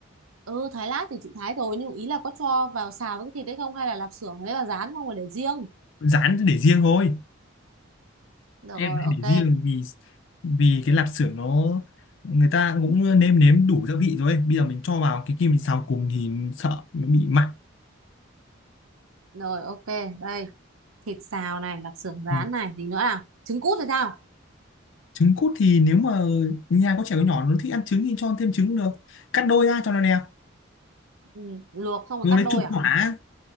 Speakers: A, on the right; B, on the left.
A: ừ thái lát thì chị thái rồi nhưng ý là có cho vào xào với cái thịt đấy không hay là lạp xưởng đấy là rán không mà để riêng
B: dán để riêng thôi
A: được
B: em
A: rồi
B: hay
A: ok
B: để riêng vì vì cái lạp xưởng nó người ta cũng nêm nếm đủ gia vị rồi ấy. bây giờ mình cho vào cái kim mình xào cùng thì sợ nó bị mặn
A: rồi ok đây thịt xào này lạp xưởng rán
B: ừ.
A: này gì nữa nào trứng cút thì sao
B: trứng cút thì nếu mà nhà có trẻ con nhỏ nó thích ăn trứng thì cho thêm trứng được cắt đôi ra cho nó đẹp
A: ừ, luộc xong rồi
B: rồi
A: cắt
B: lấy
A: đôi
B: chục
A: à
B: quả